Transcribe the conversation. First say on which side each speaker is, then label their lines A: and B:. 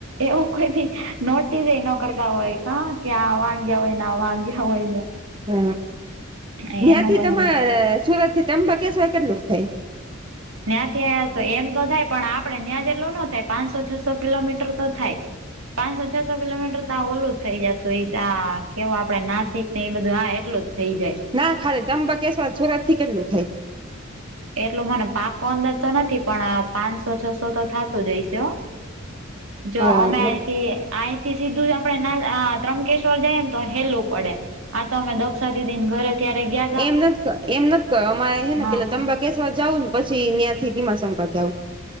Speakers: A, on the right (about 80°); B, on the right (about 25°).
A: એવું કોઈદી નોટીસ એ ન કરતા હોય કાકે આ વા ગયા હોય નાવા ગયા હોય ને.
B: હહ
A: એનું
B: ન્યાથી
A: બધે
B: તમાર સુરતથી ત્રંબકેશ્વર કેટલુંક થાય?
A: ન્યાથી અહીંયા તો એમ તો થાય પણ આપડે ન્યા જેટલું ન થાય પાંચસો છસો કિલોમીટર તો થાય. પાંચસો છસો કિલોમીટર તો આ ઓલું જ થઈ જાતું હસે આ કેવો આપડે નાસ્ ટિકને એ બધું હા એટલું જ થઈ જાય.
B: ના ખાલી ત્રંબકેશ્વર સુરતથી કેટલું થાય?
A: એટલું મને પાકો અંદાજ તો નથી, પણ પાંચસો છસો તો થાતુ જ હશે હો.
B: થાય
A: જો અમેં આઈથી આહીંથી સીધું જ આપણે નાર અ ત્રંકેશ્વર જઈએને તો હેલું પડે. આ તો અમે દક્ષાદીદીન ઘરે ત્યારે ગયા તા
B: એમ નથ ક, એમ નથી ક અમારે હેને
A: હા
B: પેલા તંબાક કેસવા જાવુ ન પછી ન્યાથી ધીમાશંકર જાઉં.